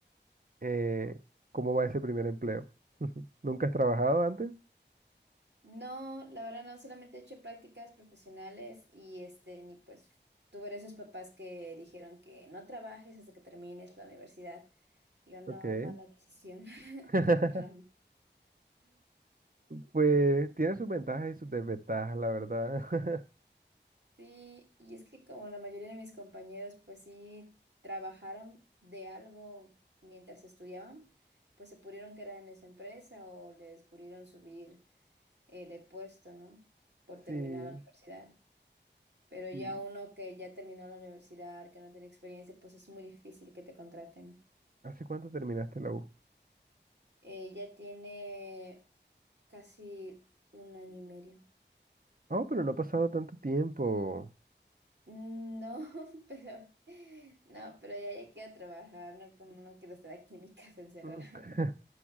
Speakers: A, on the right (about 50°); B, on the right (about 65°).
A: eh, cómo va ese primer empleo. <laughs> ¿Nunca has trabajado antes?
B: No, la verdad no, solamente he hecho prácticas profesionales y este, ni pues tuve esos papás que dijeron que no trabajes hasta que termines la universidad. Y Yo no,
A: Ok.
B: mala decisión <laughs>
A: <laughs>
B: para mí.
A: Pues tiene sus ventajas y sus desventajas, la verdad.
B: Sí, y es que como la mayoría de mis compañeros, pues sí, trabajaron de algo mientras estudiaban, pues se pudieron quedar en esa empresa o les pudieron subir eh, de puesto, ¿no? Por terminar
A: <laughs> Sí.
B: la universidad. Pero ya
A: sí.
B: uno que ya terminó la universidad, que no tiene experiencia, pues es muy difícil que te contraten.
A: ¿Hace cuánto terminaste la U?
B: Eh, ya tiene casi un año y medio.
A: Oh, pero no ha pasado tanto tiempo.
B: No, <laughs> pero no, pero ya ya quiero trabajar, no, como no quiero estar aquí en mi casa encerrada.
A: Mm. <laughs>
B: <laughs>